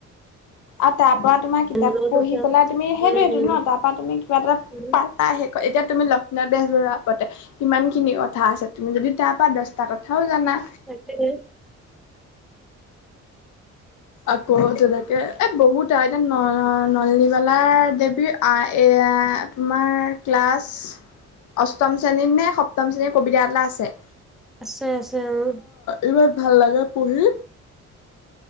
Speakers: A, on the left; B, in the centre.
A: আৰু তাৰ পৰা তোমাৰ কিতাপ
B: নলেওতো
A: পঢ়ি
B: তেওঁ
A: পেলাই তুমি সেইটোৱটো
B: উম উম
A: ন তাৰপৰা তুমি কিবা এটা
B: উম
A: পা আহ শেষ এতিয়া তুমি লক্ষ্মীনাথ বেজৰুৱা পাতে কিমানখিনি কথা আছে তুমি যদি তাৰ পৰা দহটা কথাও জানা।
B: <inaudible>
A: আকৌ তেনেকে এই বহুত আৰু এতিয়া ন নলনীবালা দেৱীৰ আহ এয়া তোমাৰ ক্লাছ অষ্টম শ্ৰেণীৰত নে সপ্তম শ্ৰেণীৰ কবিতা এটা আছে।
B: আছে আছে অ'।
A: ইমান ভাল লগে পঢ়ি।